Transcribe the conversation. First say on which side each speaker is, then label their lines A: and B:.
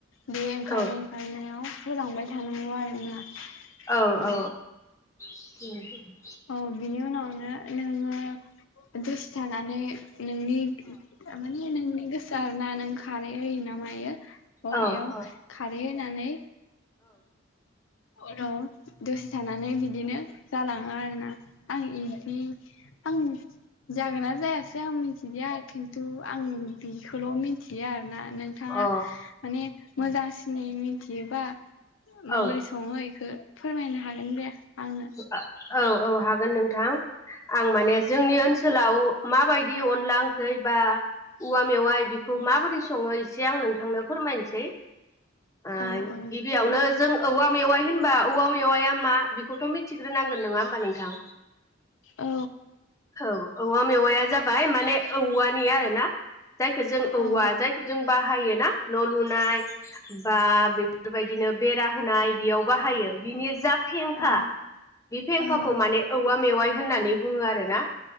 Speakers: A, on the left; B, on the left.
A: बे ओंखारनाय
B: औ
A: ओंखारनायाव होलांबाय थानांगौ आरो ना
B: औ अ उम ओ औ <unintelligible>
A: औ बिनि उनाव बिनो नोङो दसे थानानै नोंनि माने नोंनि गोसो आरोना नों खारै होयो ना मायो बेयाव
B: औ अ
A: खारै होनानै अर' दसे थानानै बिदिनो जालाङो आर आं इखि आं जागोना जायासै आं मिथिलिया खिन्थु आंनि बि खौल' मिथिया आरो ना नोंथाङा
B: औ
A: माने मोजांसिनै मिन थियोबा माबोरै
B: औ
A: सङो इखो फोरमायनो हागोन दे आंनो
B: <unintelligible> औ औ हागोन नोंथां आं माने जोंनि
A: औ
B: ओनसोलाव माबायदि अनला ओंख्रि बा औवा मेवाइ बिखौ माबोरै सङो एसे आं नोंथांनो फोरमायनोसै ओ
A: औ औ
B: गिबियावनो जों औवा मेवाइ होनबा औवा मेवाया मा बेखौथ' मिथि थिग्रोनांगोन नङा होमबा नोंथां
A: औ
B: औ औवा मेवाया जाबाय माने औवानि आरो ना जायखौ जों औवा
A: औ
B: जायखौ जों बा योना न'लु नाय बा बे बेबायदिनो बेरा होनाय बेयाव बाहायो बिनि जा फेंखा
A: औ
B: बे फेंखाखौ
A: औ औ
B: माने औवा मेवाइ होननानै बुङो आ रो ना